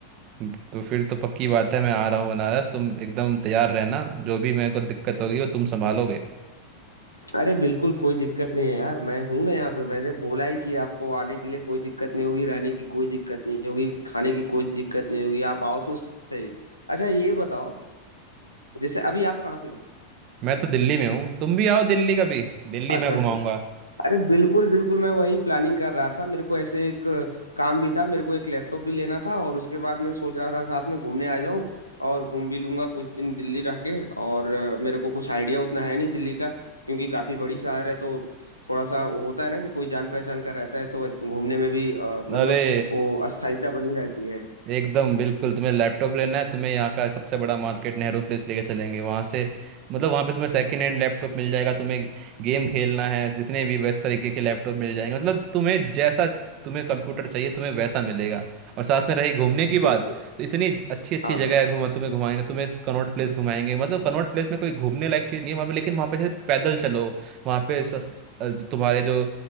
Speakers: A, on the right; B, on the left.
A: तो फिर तो पक्की बात है मैं आ रहा हूँ बनारस तुम एकदम तैयार रहना जो भी मेरे को दिक्कत होगी वो तुम संभालोगे
B: अरे बिल्कुल कोई दिक्कत नहीं है यार मैं हूं ना यहाँ पे मैंने बोला ही कि आपको आने के लिए कोई दिक्कत नहीं होगी रहने की कोई दिक्कत नहीं होगी खाने की कोई दिक्कत नहीं होगी आप आओ तो सही अच्छा ये बताओ जैसे अभी आप कहाँ पे हो
A: मैं तो दिल्ली में हूँ तुम भी आओ दिल्ली कभी दिल्ली
B: अच्छा
A: मैं घुमाऊंगा
B: अच्छा अरे बिल्कुल बिल्कुल मैं वही प्लानिंग कर रहा था मेरे को ऐसे एक काम भी था मेरे को एक लैपटॉप भी लेना था और उसके बाद मैं सोच रहा था साथ में घूमने आ जाऊं और घूम भी लूंगा कुछ दिन दिल्ली रह के और अ, मेरे को कुछ आइडिया उतना है नहीं दिल्ली का क्योंकि काफी बड़ी शहर है तो थोड़ा सा वो होता है ना कि कोई जान पहचान का रहता है तो घूमने में भी अ, मतलब
A: अरे
B: वो अस्थायीता बनी रहती है
A: एकदम बिल्कुल तुम्हें लैपटॉप लेना है तुम्हें यहाँ का सबसे बड़ा मार्केट नेहरू प्लेस लेके चलेंगे वहाँ से मतलब वहाँ पे तुम्हें सेकंड हैंड लैपटॉप मिल जाएगा तुम्हें गेम खेलना है जितने भी वैसे तरीके के लैपटॉप मिल जाएंगे मतलब तुम्हें जैसा तुम्हें कंप्यूटर चाहिए तुम्हें वैसा मिलेगा और साथ में रही घूमने की बात
B: बिल्कुल
A: तो इतनी अच्छी अच्छी
B: हाँ
A: जगह है घुमा तुम्हें घुमाएंगे तुम्हें कनॉट प्लेस घुमाएंगे मतलब कनॉट प्लेस में कोई घूमने लायक चीज़ नहीं है वहाँ पे लेकिन वहाँ पे जैसे पैदल चलो वहाँ पे सस- अ, तुम्हारे जो